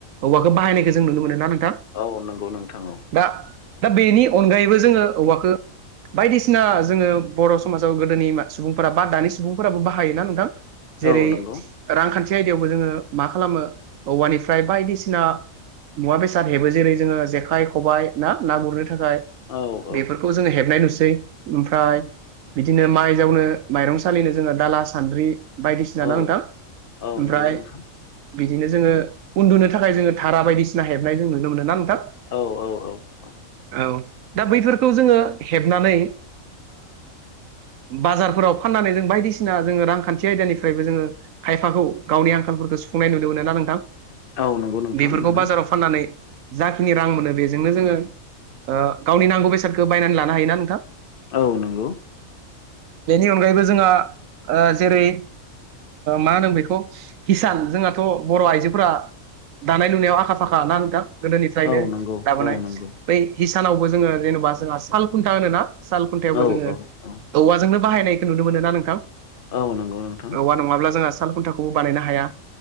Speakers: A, on the right; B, on the left.
A: औवाखौ बाहायनायखौ जों नुनो मोनो ना। नोंथां
B: औ नंगौ नोंथां औ
A: दा दा बेनि अनगायैबो जोङो औवाखौ बायदिसिना जोङो बर' समाजाव गोदोनि सुबुंफोरा बा दानि सुबुंफोराबो बाहायोना नोंथां। जेरै
B: औ नंगौ
A: रांखान्थि आयदायावबो जोङो मा खालामो औवानिफ्राय बायदिसिना मुवा बेसाद हेबो जेरै जोङो जेखाइ खबाइ ना ना गुरनो थाखाय
B: औ औ
A: बेफोर हेबनाय नुसै ओमफ्राय बिदिनो माइ जावनो माइरं सालिनो जोङो दाला सानद्रि बायदिसिना
B: औ
A: ना नोंथां
B: औ
A: ओमफ्राय
B: नंगौ नोंथां
A: बिदिनो जोङो उन्दुनो थाखाय जोङो तारा बायदिसिना हेबनाय जों नुनो मोनो ना नोंथां?
B: औ औ औ औ
A: औ दा बैफोरखौ जोङो हेबनानै बाजारफोराव फाननानै जों बायदिसिना जोङो रांखान्थि आयदानिफ्रायबो जोङो खायफाखौ गावनि आंखाल सुफुंनाय नुनो मोनो ना नोंथां
B: औ नंगौ नोंथां
A: बेफोरखौ
B: मानो
A: बाजाराव फाननानै जाखिनि रां मोनो बेजोंनो जोङो ओ गावनि नांगौ बेसादखौ बायनानै लानो हायोना नोंथां
B: औ नंगौ।
A: बेनि अनगायैबो जोंहा जेरै। मा होनदों बेखौ हिसान जोंहाथ' बर' आइजोफोरा। दानाय लुनायाव आखा फाखा ना नोंथां गोदोनिफ्रायनो
B: औ नंगौ
A: दाबोनाय
B: औ नंगौ
A: बै हिसानावबो जोङो जेनेबा जोंहा साल खुन्था होनो ना साल खुन्थायावबो
B: औ
A: जोङो
B: औ औ
A: औवाजोंनो बाहायनाय। नुनो मोनो ना नोंथां।
B: औ नंगौ नोंथां।
A: औवा नङाब्ला जोंहा साल खुन्थाखौबो बानायनो हाया।